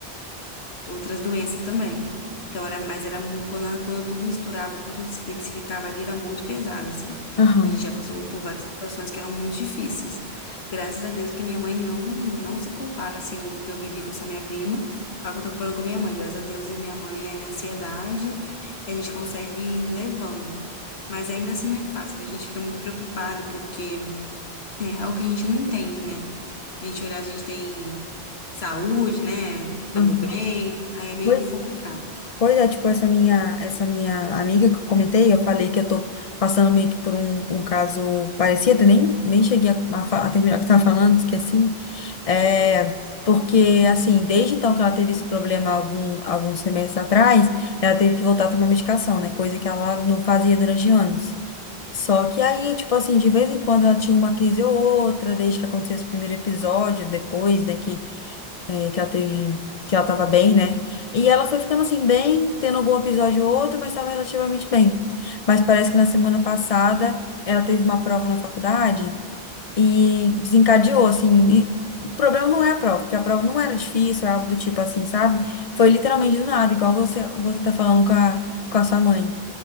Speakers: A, on the left; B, on the left.
A: outras doenças também. Então, era, mas era mu- quando, quando tudo misturava, tudo se intensificava ali, era muito pesado, assim.
B: aham,
A: A gente já passou por várias situações que eram muito difíceis. Graças a Deus que minha mãe não, não se compara, assim, o que eu vivi com essa minha prima, ao que eu tô comparando com a minha mãe. Graças a Deus, a minha mãe é ansiedade e a gente consegue ir levando. Mas ainda assim não é fácil, né? A gente fica muito preocupada porque é algo que a gente não entende, né? A gente olhar, a gente tem saúde, né? Tamo
B: aham.
A: bem. Aí é meio
B: Pois
A: complicado.
B: Pois é, tipo, essa minha, essa minha amiga que eu comentei, eu falei que eu tô passando meio que por um, um caso parecido, nem, nem cheguei a, a, fa- a terminar o que eu tava falando, esqueci. É, porque, assim, desde então que ela teve esse problema algum, alguns semestres atrás, ela teve que voltar a tomar medicação, né? Coisa que ela não fazia durante anos. Só que aí, tipo assim, de vez em quando ela tinha uma crise ou outra, desde que aconteceu esse primeiro episódio, depois, né, que é, que ela teve, que ela tava bem, né? E ela foi ficando assim, bem, tendo algum episódio ou outro, mas estava relativamente bem. Mas parece que na semana passada ela teve uma prova na faculdade e desencadeou, assim. E o problema não é a prova, porque a prova não era difícil, era algo do tipo assim, sabe? Foi literalmente do nada, igual você, você tá falando com a, com a sua mãe.